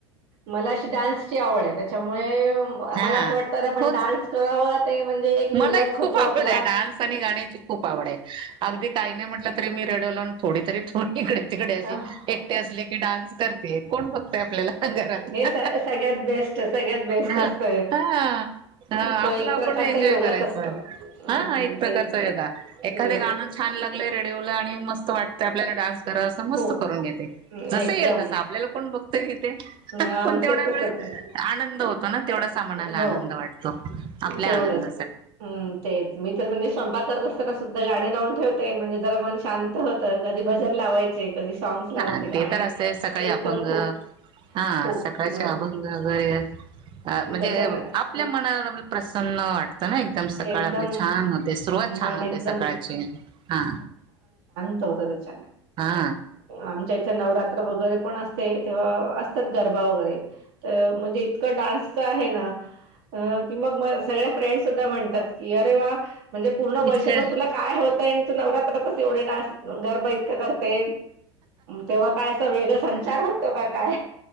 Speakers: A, on the right; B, on the right.
A: मला अशी डान्सची आवड आहे त्याच्यामुळे
B: हा
A: मला असं वाटते पण
B: होच
A: डान्स करावा ते म्हणजे एक
B: मलाही
A: योगाच
B: खूप
A: होतो
B: आवड
A: आपला
B: आहे डान्स आणि गाण्याची खूप आवड आहे अगदी काही नाही म्हटलं तरी मी रेडिओ लावून थोडी तरी इकडे तिकडची
A: अह,
B: एकटे असले की डान्स करतेय कोण बघतय आपल्याला घरात
A: हे स- सगळ्यात बेस्ट सगळ्यात बेस्ट
B: हा
A: असत
B: हा हा
A: तो
B: आपला
A: एक
B: आपण
A: प्रकारचा
B: एन्जोय
A: योगाच
B: करा
A: असतो अं,
B: हा एक प्रकारच
A: ते योगाच
B: एखादे गाणं
A: असत
B: छान लागलंय रेडिओला आणि मस्त वाटत आपल्याला डान्स करा मस्त
A: खूप
B: करून घेते जं
A: एकदम
B: येईल तं आपल्याला कोण बघ ण
A: आमचं
B: तेवढा
A: तसच
B: वेळ
A: आहे
B: आनंद होतो ना तेवढासा म्हणाला
A: हो
B: आनंद वाटतो आप
A: तेवढंच
B: ंद
A: हम् तेच मी तर म्हणजे कपा करत असताना सुद्धा गाणे लावून ठेवते म्हणजे जरा मन शांत होतं कधी भजन लावायचे कधी सॉग्स लावते
B: हा
A: गाणे
B: ते तर असते सकाळी
A: इतकं
B: अभंग
A: खूप
B: हा
A: खूप
B: सकाळचे
A: मग
B: अभंग वगैरे म्हणजे
A: त्याच्यान
B: आपल्या मनाला प्रसन्नट ना एकदम सकाळ
A: एकदम
B: आपले छान होते सुरुवात छान
A: मन
B: होते
A: एकदम
B: सकाळची हा
A: हो त्या
B: हा
A: आमच्या इथ नवरात वगैरे पण असते तेव्हा असतात गरबा वगैरे तर म्हणजे इतक डान्स आहे म सग फ्रेंडधा म्हण ी अरे वा म्हणजे पूर्ण वर्शभर
B: इकडे
A: तुला काय होतं नवरात्रातच एवढे डास गरभ इतकं करते तेव्हा काय असं वेगळ संचार होतो का काय